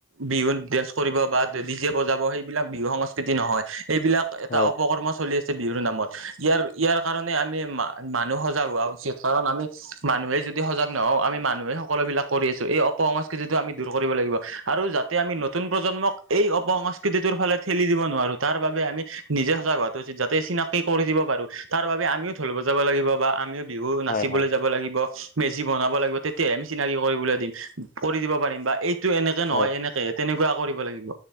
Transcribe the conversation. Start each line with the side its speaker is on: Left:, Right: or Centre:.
Right: বিহু ডেন্স কৰিব বা ডিজে বজাব সেইবিলাক বিহু সংস্কৃতি নহয়। এইবিলাক এটা
Left: হয়
Right: অপকৰ্ম চলি আছ আছে বিহুৰ নামত, ইয়াৰ- ইয়াৰ কাৰণে আমি মানুহ সজাগ হোৱা উচিত কাৰণ আমি মানুহে যদি সজাগ নহওঁ আমি মানুহে সকলো বিলাক কৰি আছো, এই অপসংস্কৃতিটো আমি দূৰ কৰিব লাগিব। আৰু যাতে আমি নতুন প্ৰজন্মক এই অপসংস্কৃতিটোৰ ফালে ঠেলি দিব নোৱাৰো তাৰ বাবে আমি নিজে সজাগ হোৱাটো উচিত যাতে চিনাকি কৰি দিব পাৰো, তাৰ বাবে আমিও ঢোল বজাব লাগিব বা আমিও বিহু
Left: হয়
Right: চিবলৈ
Left: হয়
Right: যাব লাগিব, মেজি বনাব লাগিব তেতিয়ে আমি চিনাকি কৰিবলৈ দিম কৰি দিব পাৰিম বা এই টো এনেকে
Left: হয়
Right: নহয় এনেকেহে তেনেকুৱা কৰিব লাগিব।